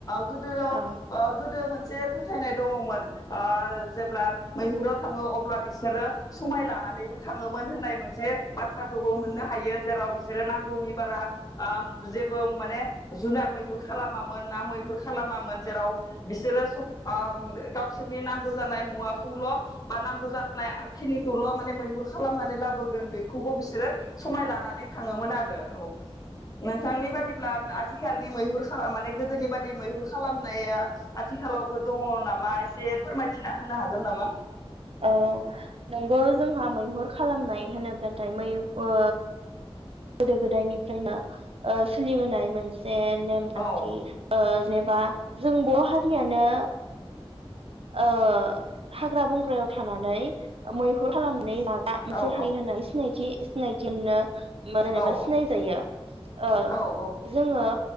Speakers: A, on the left; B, on the right.
A: गोदोआव
B: औ
A: गोदो मोन जे फोथायनाय दङमोन आ जेब्ला मैहुराव थाङो अब्ला बिसोरो समाय लानानैबो थाङोमोन होननाय मोनसे बाथ्राखौबो मोननो हायो जेराव बिसोरो नांगौनि बारा आ जेबो माने जुनार मैहुर खालामामोन, ना मैहुर खालामामोन जेराव बिसोरो ओ गावसोरनि नांगौ जानाय मुवाखौल बा नांगौ जानाय खिनिखौल माने मैहुर खालामनानै लाबोगोन बेखौबो बिसोरो समाय लानानै थाङोमोन आरो औ नोंथांनि बादि अब्ला आथिखालनि मैहुर माने गोदोनि बादि मैहुर खालामनाया आथिखालावबो दङ नामा एसे फोरमायथिना होनो हागोन नामा?
B: औ नंगौ जोंहा मैहुर खालामनाय होनोब्लाथाय मै ओ गोदो गोदायनिफ्रायनो ओ सोलिबोनाय मोनसे जे नेमखान्थि
A: औ
B: जेनेबा जों बर' हारियानो ओ हाग्रा बंग्रायाव थानानै मैहुर खालामनानै जाग्रा मोनसे
A: औ
B: हारि
A: औ
B: होननानै सिनायथि सिनायथि मोनो मा जेनेबा
A: औ
B: सिनायजायो ओ
A: औ औ
B: जोङो